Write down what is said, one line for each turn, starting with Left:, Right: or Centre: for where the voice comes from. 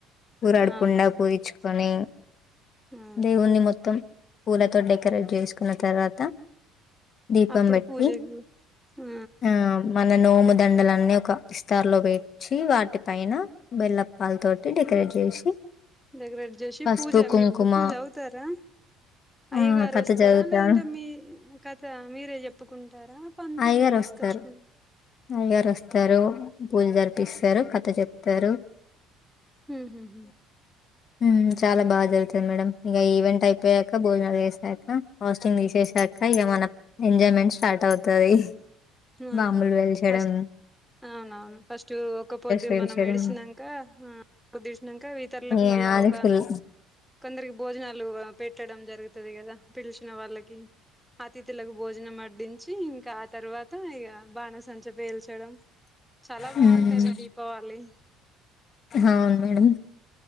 Left: పూరాడకుండా
Centre: అవునవును
Left: పూరిచ్చుకొని
Centre: ఆ
Left: దేవుణణి మొత్తం పూలతోటె డె డెకరేట్ చేసుకున్న తర్వాత దీపం
Centre: అప్పుడు
Left: బెట్టి
Centre: పూజకు ఆ
Left: అ మన నోము దండలన్నీ ఒక విస్తార్ లో పెట్ వచ్చి వాటి పైన బెల్లప్పాల తోటి డెకరేట్ చేసి
Centre: డెగరేట్ చేసి
Left: పసుపు
Centre: పూజ
Left: కుంకుమ
Centre: మీకు బుక్కు చదువుతారా అయ్య
Left: ఆ
Centre: గారు
Left: కథ
Centre: వస్త స్తారా
Left: చదువుతా
Centre: లేదంటే మీ కథ మీరే చెప్పుకుంటారా పంతులన్ని
Left: అయ్యగారు
Centre: తీసుకొచ్చుకుంట
Left: వస్తారు అయ్యగారు వస్తారు పూజ జరిపిస్తారు కథ చెప్తారు
Centre: ఉహు
Left: ఉం చాలా బాగా జరుగుతుంది మేడమ్ ఇక ఈవెంట్ అయిపోయాక భోజనాలు వేసాక హ పాస్టింగ్ తీసేసాక ఇక మన ఎంజాయ్మెంట్ స్టార్ట్ అవుతది
Centre: ఆ
Left: బాంబు లు పెల్చడం
Centre: ఫస్ట్ అవునవును ఫస్ట్ ఒక పొద్దు
Left: పేల్చడం
Centre: మనం విడిచినంక ఉదేశినాక ఇతరులకు మళ్ళా
Left: యాహ్! అది
Centre: ఒకా
Left: ఫుల్
Centre: కొందరికి భోజనాలు ఆ పెట్టడం జరుగుతది కదా పిలిచిన వాళ్ళకి అతిథులకు భోజనం అడ్డించి ఇంకా ఆ తర్వాత్ త ఇక బాణసంచ పేల్చడం చాలా బాగుంటది
Left: హ్మ్.
Centre: దీపావళి
Left: అవును మేడం